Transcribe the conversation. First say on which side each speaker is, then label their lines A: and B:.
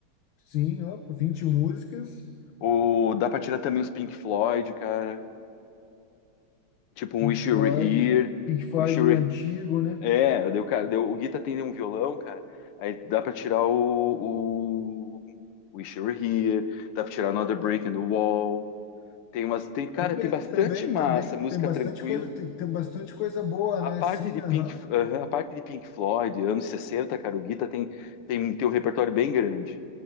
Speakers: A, on the left; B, on the left.
A: Sim, opa, 20 músicas.
B: Ou dá pra tirar também os Pink Floyd, cara, tipo um
A: Pink
B: Wish
A: Floyd.
B: You Were Here,
A: Pink Floyd
B: Wish You Were
A: é antigo,
B: He-
A: né?
B: É, deu, cara, daí o Guita tem um violão, cara, aí dá pra tirar o, o Wish You Were Here, dá pra tirar Another Break in the Wall, Tem umas, tem, cara,
A: Também,
B: tem bastante
A: também,
B: massa,
A: também.
B: música
A: Tem bastante
B: tranquila.
A: coisa, tem, tem bastante coisa boa,
B: A
A: né?
B: parte
A: Sim,
B: de
A: aham.
B: Pink, aham, a parte de Pink Floyd, anos 60, cara, o Guita tem, tem, tem um repertório bem grande.